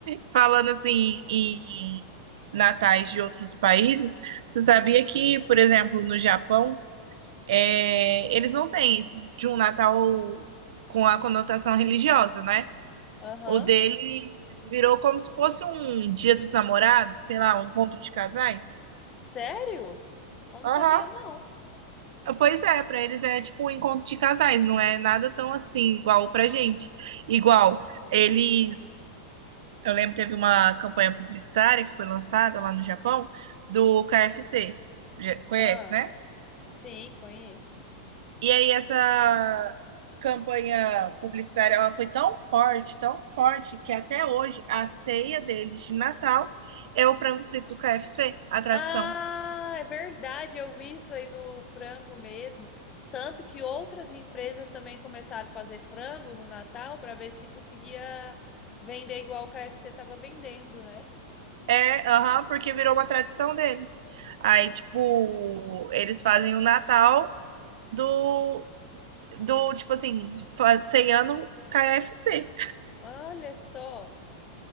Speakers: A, on the right; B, on the left.
A: Falando assim em natais de outros países, você sabia que, por exemplo, no Japão, É, eles não têm isso de um Natal com a conotação religiosa, né?
B: Aham.
A: O deles virou como se fosse um Dia dos Namorados, sei lá, um encontro de casais.
B: Sério? Eu não
A: Aham.
B: sabia, não.
A: Pois é, para eles é tipo um encontro de casais, não é nada tão assim igual pra gente. Igual eles, eu lembro que teve uma campanha publicitária que foi lançada lá no Japão do KFC. Já conhece,
B: Ah,
A: né?
B: sim, conheço.
A: E aí essa campanha publicitária ela foi tão forte, tão forte, que até hoje a ceia deles de Natal é o frango frito do KFC, a tradição.
B: Ah, é verdade, eu vi isso aí do frango mesmo. Tanto que outras empresas também começaram a fazer frango no Natal para ver se conseguia vender igual o KFC estava vendendo, né?
A: É, aham, porque virou uma tradição deles. Aí, tipo, eles fazem o Natal do, do tipo assim, fa- ceiano KFC.
B: Olha só,